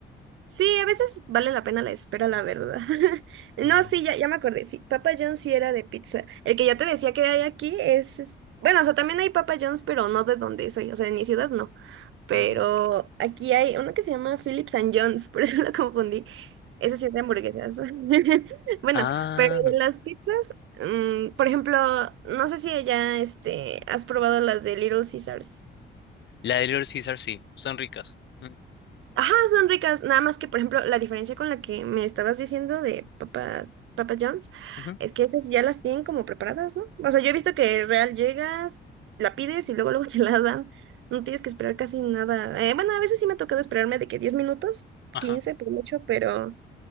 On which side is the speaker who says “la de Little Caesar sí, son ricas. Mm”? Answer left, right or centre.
Left